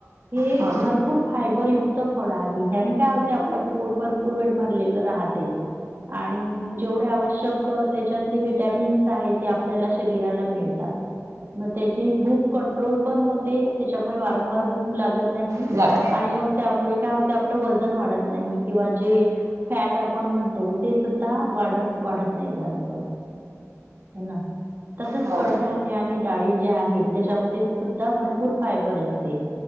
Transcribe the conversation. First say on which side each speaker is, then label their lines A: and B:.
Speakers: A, on the right; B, on the right.
A: हे
B: हा
A: भरपूर फायबरयुत फळ आहे. काय होते आपलं पोट भरपूर वेळ भरलेलं राहते. आणि जेवढे आवश्यक त्याच्यातले विटॅमिन्स आहे ते आपल्याला शरीराला मिळतात. मग त्याची भूक कंट्रोल पण होते त्याच्यामुळे वारंवार भूक लागत. नाही
B: झालं
A: आणि मग त्यामुळे काय होत आपलं व वजन वाढत नाही किंवा जे फॅट आपण म्हणतो ते सुद्धा वाढत वाढत नाही जास्त. हो ना तसेच
B: हो हा हा
A: कडधान्य आणि डाळी जे आहे त्याच्यामध्ये सुद्धा भरपूर फायबर असते.